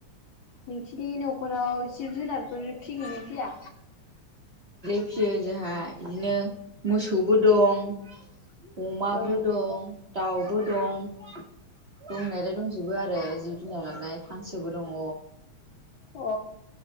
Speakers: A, on the left; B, on the right.
A: नोंसिनि न न'खराव जिब जुनारफोर फिगोन ना फैया।
B: फिसियो जोंहा बिदिनो मोसौबो दं। अमाबो
A: औ
B: दं दाउबो दं। दंनायालाय दंजोबो आरो जिब जुनारालाय हांसोबो दङ।
A: औ।